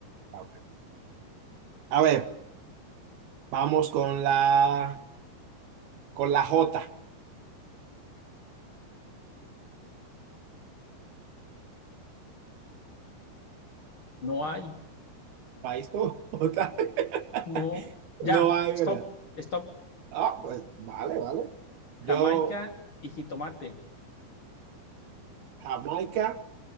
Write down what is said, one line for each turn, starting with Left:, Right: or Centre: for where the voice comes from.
Right: Ah, ok. A ver, vamos con la con la J.
Left: No hay,
Right: País con J. <laughs>
Left: no. Ya,
Right: No hay,
Left: stop.
Right: ¿verdad?
Left: Stop.
Right: Ah, pues vale, vale. Yo,
Left: Jamaica y jitomate.
Right: Jamaica